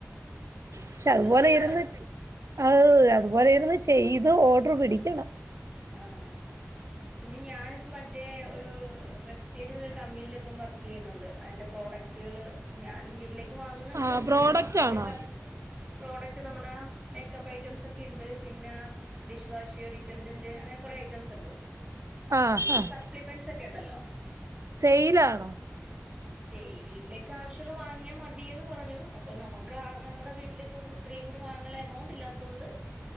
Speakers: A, on the right; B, on the right.
A: പക്ഷെ അതുപോലെ
B: സെയിലാണ്
A: ഇരുന്ന് ആ അതുപോലെ ഇരുന്ന് ചെയ്ത് ഓർഡർ പിടിക്കണം
B: ആഹ് പിന്നെ ഞാനിപ്പം മറ്റേ ഒരു വെസ്റ്റേജ്ന്ന് ഒരു കമ്പനിൽ ഇപ്പം വർക്ക് ചെയ്യുന്നുണ്ട് അതിന്റെ പ്രോഡക്റ്റ് ക്റ്റ്കള് ഞാൻ വീട്ടിലേക്ക് വാങ്ങുന്നുണ്ട്
A: ആഹ് പ്രോഡക്റ്റ്
B: പിന്നെ ആവശ്യകാ
A: ആണോ
B: പ്രോഡക്റ്റ് നമ്മുടെ മേക്കപ്പ് ഐറ്റംസ് ഒക്കെ ഉണ്ട് പിന്നെ ഡിഷ് വാഷ് ഡിറ്റർ ജന്റ് അങ്ങനെ കൊറേ ഐറ്റംസ് ഉണ്ട്
A: ആഹ്
B: പിന്നെ
A: ആഹ്
B: സപ്ലിമെന്റ്സ് ഒക്കെ ഉണ്ടല്ലോ
A: സെയിലാണോ
B: സേ വീട്ടിലേക്കെ ആവശ്യമുള്ള വാങ്ങിയാൽ മതിന്ന് പറഞ്ഞു അപ്പൊ നമുക്ക് ആ നമ്മുടെ വീട്ടിലിപ്പം ഇത്രയും കൂടി വാങ്ങുള്ള എമൗണ്ട് ഇല്ലാത്തൊണ്ട്